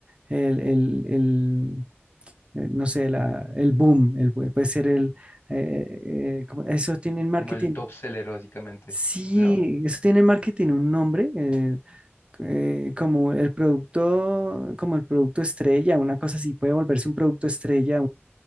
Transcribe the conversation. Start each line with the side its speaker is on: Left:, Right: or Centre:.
Right: el, el, el, eh, no sé, la, el boom, el, bu- puede ser el, eh, eh, eh, ¿cómo? eso tiene en marketing.
Left: Como el top seller, básicamente,
Right: Sí,
Left: ¿no?
Right: eso tiene en marketing un nombre, eh, eh, como el producto, como el producto estrella, una cosa así, puede volverse un producto estrella,